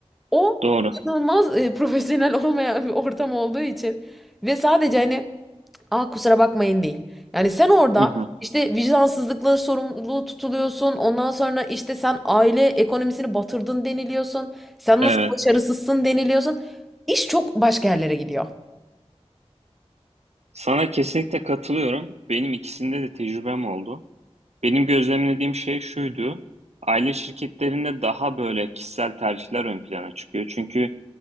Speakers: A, in the centre; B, on the right.
A: O
B: doğru.
A: inanılmaz, eee, profesyonel olmayan bir ortam olduğu için ve sadece, hani, "A, kusura bakmayın." değil. Yani sen orada,
B: Hı hı,
A: işte, vicdansızlıkla sorumluluğu tutuluyorsun. Ondan sonra, işte, sen aile ekonomisini batırdın deniliyorsun. Sen
B: evet.
A: nasıl başarısızsın deniliyorsun. İş çok başka yerlere gidiyor.
B: Sana kesinlikle katılıyorum. Benim ikisinde de tecrübem oldu. Benim gözlemlediğim şey şuydu. Aile şirketlerinde daha böyle kişisel tercihler ön plana çıkıyor. Çünkü